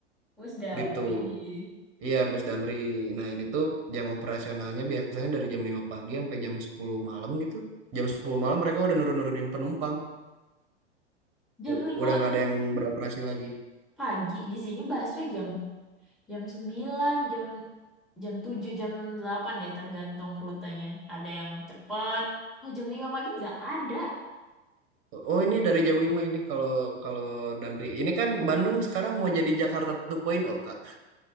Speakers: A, in the centre; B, on the right (about 35°).
A: bus Damri.
B: Gitu. Iya, bus Damri. Nah, ini tuh jam operasionalnya biasanya dari jam 5 pagi sampai jam 10 malam gitu. Jam 10 malam mereka udah nurun-nurunin penumpang.
A: Jam
B: U-
A: 5
B: Udah nggak ada yang beroperasi lagi.
A: pagi di sini busway jam jam sembilan jam jam tujuh jam 8 deh tergantung rutenya. Ada yang cepat. Kalau jam 5 pagi nggak ada.
B: Oh, ini dari jam 5 ini kalau kalau Damri. Ini kan Bandung sekarang mau jadi Jakarta 2.0, Kak.